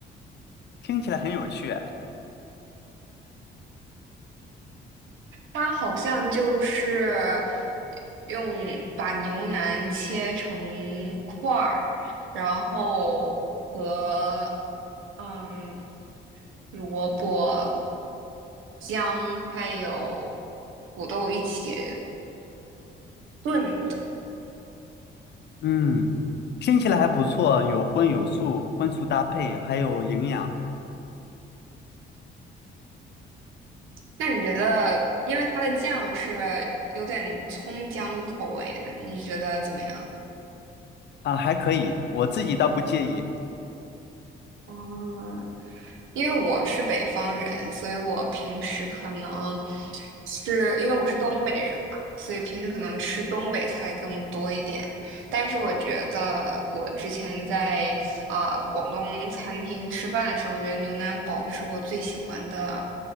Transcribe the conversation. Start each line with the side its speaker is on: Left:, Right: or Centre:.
Left: 听起来很有趣哎
Right: 它好像就是用把牛腩切成块儿，然后和嗯萝卜、姜还有土豆一起炖的。
Left: 嗯，听起来还不错，有荤有素，荤素搭配，还有营养
Right: 那你觉得，因为它的酱是有点葱姜口味的，你觉得怎么样？
Left: 啊，还可以，我自己倒不介意。
Right: 嗯，因为我是北方人，所以我平时可能是因为我是东北人嘛，所以平时可能吃东北菜更多一点。但是我觉得我之前在呃广东餐厅吃饭的时候，我觉得牛腩煲是我最喜欢的